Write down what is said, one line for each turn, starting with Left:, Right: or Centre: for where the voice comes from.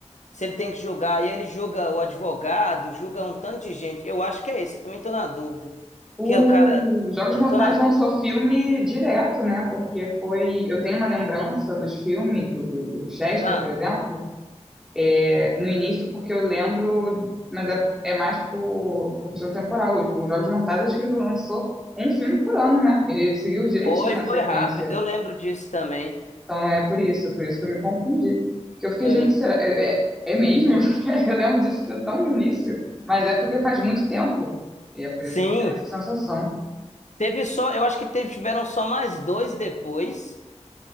Left: Se ele tem que julgar. E ele julga o advogado, julga um tanto de gente. Eu acho que é isso. Eu também tô na dúvida.
Centre: O
Left: Que o cara.
Centre: Jogos Mortais
Left: Eu tô na dúvida.
Centre: lançou filme direto, né? Porque foi. Eu tenho uma lembrança dos filmes, do, do, do Chester,
Left: Ah,
Centre: por exemplo, é, no início, porque eu lembro, mas é, é mais por, por questão temporal. Os Jogos Mortais, acho que ele lançou um filme por ano, né? Ele seguiu direitinho
Left: foi, foi
Centre: a sequência.
Left: rápido. Eu lembro disso também.
Centre: Então é por isso, por isso que eu me confundi. Que eu fiquei,
Left: É,
Centre: gente, será? É, é, é mesmo? <laughs> Eu lembro disso ser tão no início, mas é porque faz muito tempo. E é por
Left: sim.
Centre: isso que eu tenho essa sensação.
Left: Teve só. Eu acho que teve, tiveram só mais dois depois.